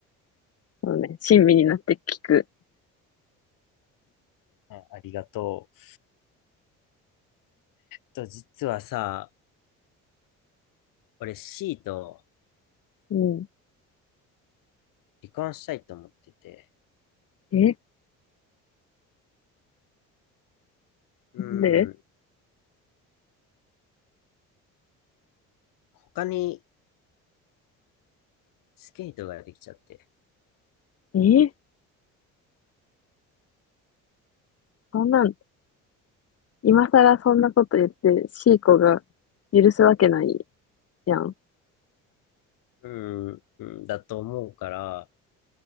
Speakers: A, on the left (about 45°); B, on the left (about 70°).
A: そうね、親身になって聞く。
B: あ、ありがとう。と、実はさ、俺 C と
A: うん。
B: 離婚したいと思ってて、
A: え、
B: う
A: なんで
B: ん、他にスケートができちゃって、
A: えそんなん、今更そんなこと言って、シーコが許すわけないやん。
B: うん、うんだと思うから、